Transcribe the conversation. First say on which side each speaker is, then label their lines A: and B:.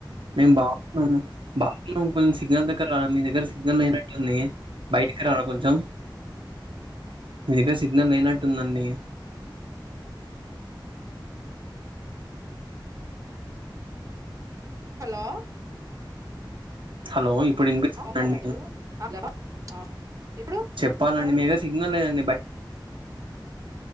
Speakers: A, on the right; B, on the right.
A: మేము బాగున్నాము బాగున్నా కొంచెం సిగ్నల్ దగ్గర మీ దగ్గర సిగ్నల్ లేయినట్టుంది బయటికి రారా కొంచెం మీ దగ్గర సిగ్నల్ లేనట్టుందండి
B: హలో
A: హలో ఇప్పుడు వినిపించింది
B: హలో బాగున్నారా
A: అండి
B: మీరు హలో ఆ ఇప్పుడు
A: చెప్పాలండి
B: సారు
A: మీగా సిగ్నల్ లేదండి బ